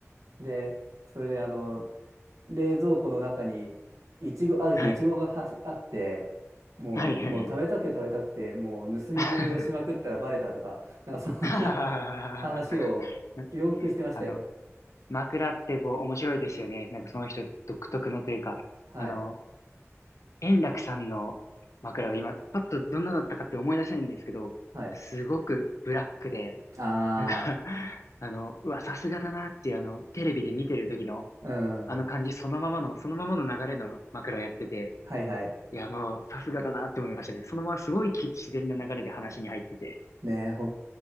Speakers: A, on the right; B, on the left.
A: で、それであの、冷蔵庫の中に、いちご、ある日、
B: はい。
A: いちごがはしあって、もうい、
B: はいはいはい。
A: もう食べたくて食べたくて、
B: はいはいはいはい。
A: もう盗み食いをしまくったらバレたとか、
B: <laughs>
A: なんかそんな
B: はははははは。
A: <laughs> 話をよくしてましたよ。
B: <laughs> あの、枕ってこう面白いですよね。なんかその人独特のというか、
A: はい。
B: あの、円楽さんの枕が今、パッとどんなだったかって思い出せないんですけど、
A: はい。
B: すごくブラックで、
A: あ
B: なんか <laughs> あの、うわ、さすがだなっていうあの、テレビで見てる時の、
A: あ、
B: あの感じそのままの、
A: うん。
B: そのままの流れの枕をやってて、
A: はいはい。
B: いや、もう、さすがだなって思いましたね。そのまますごいき自然な流れで話に入ってて、
A: ねえ、ほん、